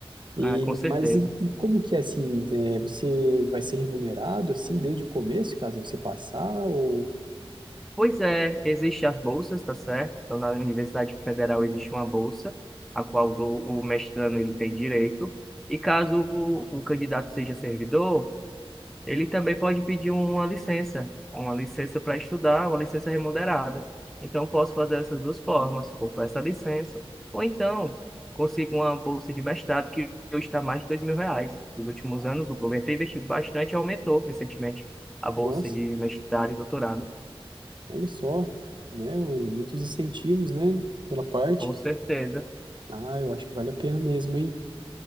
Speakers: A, on the right; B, in the centre.
A: E,
B: ah, com certeza.
A: mas e, e como que é assim? é, você vai ser remunerado assim desde o começo, caso você passar? Ou,
B: Pois é, existem as bolsas, tá certo? Então, na Universidade Federal existe uma bolsa, a qual do- o mestrando ele tem direito. E caso o, o candidato seja servidor, ele também pode pedir uma licença, uma licença para estudar, uma licença remunerada. Então, eu posso fazer essas duas formas, ou peço a licença, ou então consigo uma bolsa de mestrado que hoje está mais de dois mil reais. Nos últimos anos, o governo tem investido bastante e aumentou recentemente a bolsa
A: nossa,
B: de mestrado e doutorado.
A: olha só, né? o- muitos incentivos, né? Pela parte.
B: Com certeza.
A: Ah, eu acho que vale a pena mesmo, hein?